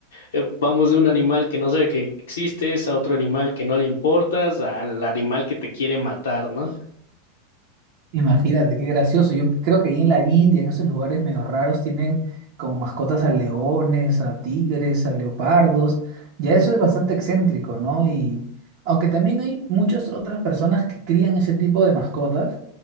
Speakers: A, on the left (about 85°); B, on the right (about 60°).
A: eh, vamos de un animal que no sabe que existes a otro animal que no le importas, al animal que te quiere matar, ¿no?
B: Imagínate, qué gracioso. Yo creo que ahí en la India, en esos lugares medio raros, tienen como mascotas a leones, a tigres, a leopardos. Ya eso es bastante excéntrico, ¿no? Y aunque también hay muchas otras personas que crían ese tipo de mascotas,